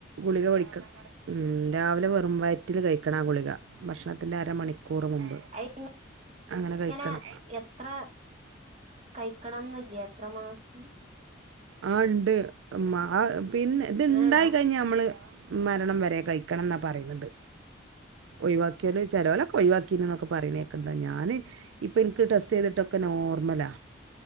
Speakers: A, on the right; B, on the right.
A: ഗുളിക കഴിക്കണം ഉം രാവിലെ വെറും വയറ്റ വയറ്റില് കഴിക്കണാഗുളിക ഭക്ഷണത്തിൻ്റെ അരമണിക്കൂറ് മുമ്പ്
B: അയ്ന്
A: അങ്ങനെ
B: ങ്ങനെ
A: കഴിക്കണം
B: എത്ര കയിക്കണംന്ന്ല്ലേ എത്ര മാസ്ത്തിന്
A: ആ ണ്ട് മ് അ പിന്നെ ഇത്
B: അങ്ങനെണ്ടോ
A: ണ്ടായി കയിഞ്ഞ മ്മള് മരണം വരെ കഴിക്കണംന്നാ പറിന്നത് ഒയ് വാക്ക്യോല് ചെലൊലൊക്കെ ഒയ് വാക്കീണ്ന്നൊക്കെ പറിണേക്ക്ണ്ത ഞാന് ഇപ്പ ഇൻക്ക് ടെസ്റ്റെയ്തിട്ടൊക്കെ നോർമലാ